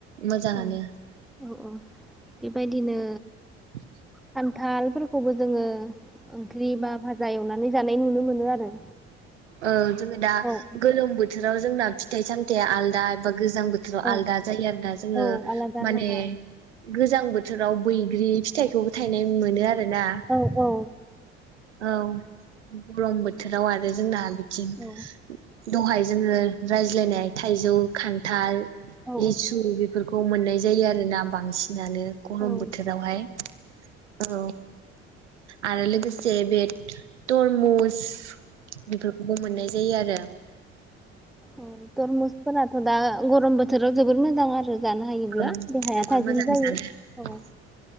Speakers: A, on the right; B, in the centre.
A: मोजाङानो।
B: औ औ औ बेबायदिनो।
A: <inaudible>
B: खान्थालफोरखौबो जोङो ओंख्रि बा भाजा एवनानै जानाय नुनो मोनो आरो।
A: औ जोङो दा
B: औ
A: गोलोम बोथोर बोथोराव जोंना फिथाइ सामथाइया आलदा एबा। गोजां बोथोराव
B: औ
A: आलदा जायो आरोना जोङो
B: औ आलादा
A: माने
B: आलादा
A: गोजां बोथोराव बै। बे फिथायाइखौबो थायनाय मोनो आरोना।
B: औ औ
A: औ गरम बोथोराव आरो। जोंना थिं
B: औ
A: दहाय जोङो। रायज्लायनाय थाइजौ खान्थाल,
B: औ
A: लिसु बेफोरखौ मोननाय जायो आरोना बांसिन जानो गरम
B: औ
A: बोथोरावहाय औ आरो लोगोसे जेरै बेट तरमुस। बेफोरखौबो मोननाय जायो आरो।
B: अ तरमुसफोराथ' दा गरम बोथोराव जोबोद मोजां आरो। जानो हायोब्ला
A: औ
B: देहाया
A: जोबोर
B: थाजिम
A: मोजां
B: जायो
A: जानो
B: औ